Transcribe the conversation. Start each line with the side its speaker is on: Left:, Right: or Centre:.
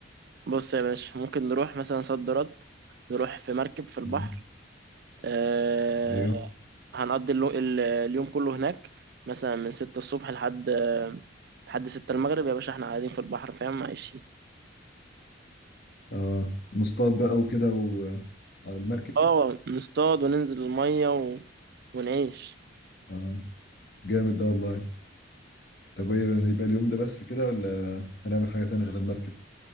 Right: بص يا باشا ممكن نروح مثلا صد رد نروح في مركب في البحر
Left: مم.
Right: أه
Left: ايوه
Right: هنقضي اللو- ال- اليوم كله هناك مثلا من 6 الصبح لحد لحد 6 المغرب يا باشا احنا قاعدين في البحر فاهم عايشين
Left: اه نصطاد بقى وكده وعلى المركب
Right: اه نصطاد وننزل الميه ونعيش
Left: اه جامد ده والله طب ايه يبقى اليوم ده بس كده ولا هنعمل حاجة تانية غير المركب